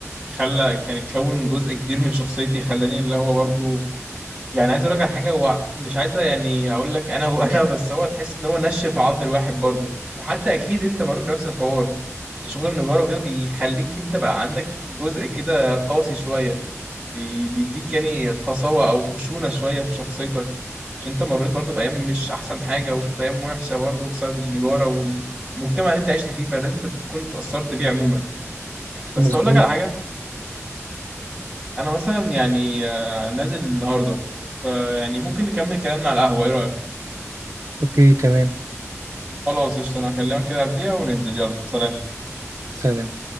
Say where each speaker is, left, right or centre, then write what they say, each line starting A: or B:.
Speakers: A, on the right; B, on the right.
A: خلى كان اتكون جزء كبير من شخصيتي خلاني اللي هو برضه يعني عايز اقول لك على حاجة هو مش عايز يعني اقول لك انا <laughs> وانا بس هو تحس ان هو نشف عظم الواحد برضه وحتى اكيد انت مريت بنفس الحوار شغل النجارة وكده بيخليك انت بقى عندك جزء كده قاسي شوية بي- بيديك يعني قساوة او خشونة شوية في شخصيتك عشان انت مريت برضو بأيام مش احسن حاجة وشفت ايام وحشة برضو بسبب النجارة والمجتمع اللي انت عشت فيه فلازم انت تكون اتأثرت بيه عموما بس
B: مظبوط
A: اقول لك على حاجة انا مثلا يعني آه، نازل النهاردة فيعني ممكن نكمل كلامنا على القهوة ايه رأيك؟
B: اوكي تمام
A: خلاص قشطة انا هكلمك كده قبليها وننزل يلا سلام
B: سلام